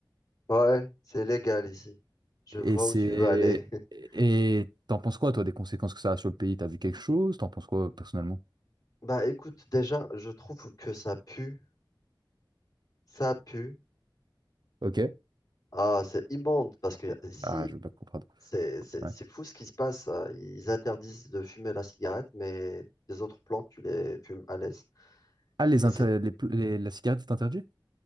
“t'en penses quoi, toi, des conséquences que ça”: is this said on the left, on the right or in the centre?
Right